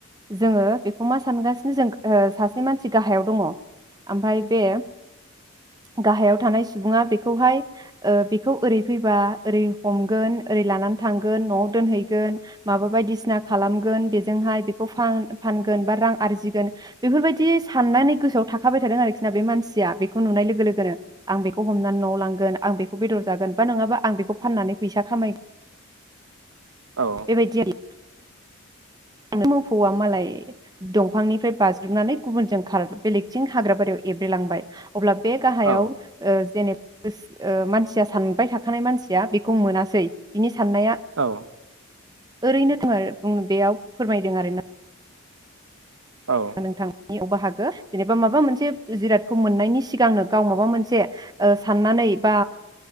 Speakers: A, on the right; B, on the right.
A: जोङो बेखौ मा सानगासिनो जों ओ सासे मानसि गाहायाव दङ आमफाय बे गाहायाव थानाय सुबुङा बेखौहाय ओ बेखौ ओरै फैबा ओरै हमगोन ओरै लानानै थांगोन न'आव दोनहैगोन माबा बायदिसिना खालामगोन बेजोंहाय बेखौ फान फानगोन बा रां आरजिगोन बेफोरबायदि साननानै गोसोआव थाखाबाय थादों आरोखि ना बे मानसिया बे खो नुनाय लोगो लोगोनो आं बेख हमनानै न'आव लांगोन आं बेखौ बेदर जागोन बा नङा आं बेखौ फाननानै फैसा खामाय
B: औ
A: बेबाय <unintelligible> मोफौआ मालाय दंफांनिफ्राय बाज्रुमनानै गुबुनजों खार बेलेगथिं हाग्रा बारियाव एब्रेलांबाय। अब्ला बे गाहायाव
B: औ
A: ओ जेनेब गोस ओ मानसिया सानबाय थाखानाय मानसिया बेखौ मोनासै बिनि साननाया
B: औ
A: ओरैनो था आरो बुं बेयाव फोरमायदों आरोना।
B: औ
A: नोंथांनि अबा हागो जेनेबा माबा मोनसे जिरादखौ मोननायनि सिगांनो गाव माबा मोनसे ओ साननानै बा